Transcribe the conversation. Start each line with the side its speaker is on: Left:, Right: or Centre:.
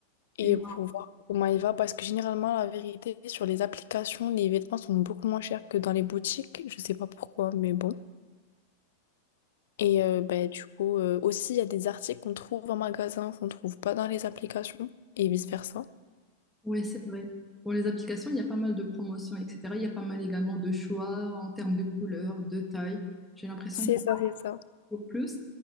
Left: et
Centre: Et
Left: pour voir comment il va. Parce que généralement, la vérité, sur les applications, les vêtements sont beaucoup moins chers que dans les boutiques. Je sais pas pourquoi, mais bon. Et euh, ben, du coup, euh, aussi, il y a des articles qu'on trouve en magasin, qu'on trouve pas dans les applications et vice-versa.
Centre: ouais, c'est vrai. Pour les applications, il y a pas mal de promotions, etc. Il y a pas mal également de choix en termes de couleurs, de taille. J'ai l'impression
Left: C'est
Centre: qu'on
Left: ça, c'est ça.
Centre: trouve plus.